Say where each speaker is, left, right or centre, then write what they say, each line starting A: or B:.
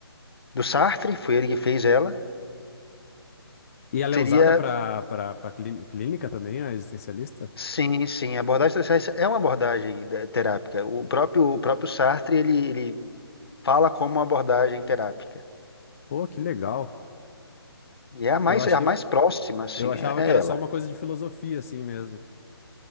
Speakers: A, on the left (about 65°); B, on the left (about 35°).
A: do Sartre, foi ele que fez ela.
B: E ela
A: Seria,
B: é usada para para clínica também, a existencialista?
A: sim, sim, a abordagem existencialista é uma abordagem eh, terápica. O próprio, o próprio Sartre, ele, ele fala como uma abordagem terápica.
B: Pô, que legal.
A: E é a mais,
B: Eu ach,
A: é a
B: eu,
A: mais próxima, assim,
B: eu achava
A: é, é
B: que era
A: ela.
B: só uma coisa de filosofia, assim mesmo.